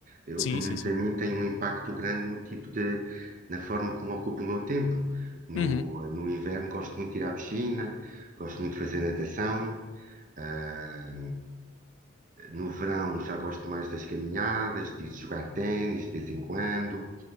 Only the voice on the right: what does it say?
Eu,
pelo
menos
a mim, tem um impacto grande no tipo de, na forma como ocupo o meu tempo. No,
eh, no inverno gosto muito de ir à piscina, gosto muito de fazer natação. ah, No verão já gosto mais das caminhadas, de jogar ténis de vez em quando.